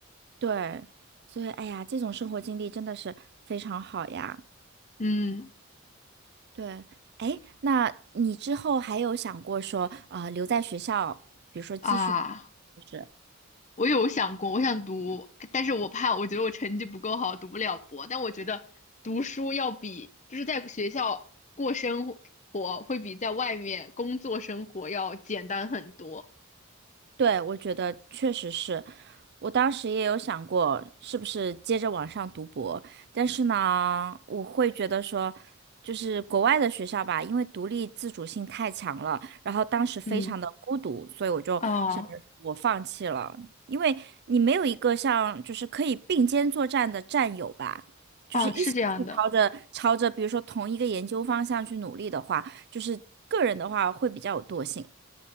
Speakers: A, on the right (about 55°); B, on the left (about 35°).
A: 对，所以哎呀，这种生活经历真的是非常好呀。
B: 嗯
A: 对，哎，那你之后还有想过说，呃，留在学校，比如说继续，
B: 啊。
A: 就是，
B: 我有想过，我想读，但是我怕，我觉得我成绩不够好，读不了博。但我觉得读书要比就是在学校过生活，会比在外面工作生活要简单很多。
A: 对，我觉得确实是，我当时也有想过，是不是接着往上读博，但是呢，我会觉得说，就是国外的学校吧，因为独立自主性太强了，然后当时非常的孤独，
B: 嗯，
A: 所以我就想着我放弃了，
B: 啊
A: 因为你没有一个像就是可以并肩作战的战友吧，就是一起去朝着朝着比如说同一个研究方向去努力的话，
B: 啊，是这样的
A: 就是个人的话会比较有惰性。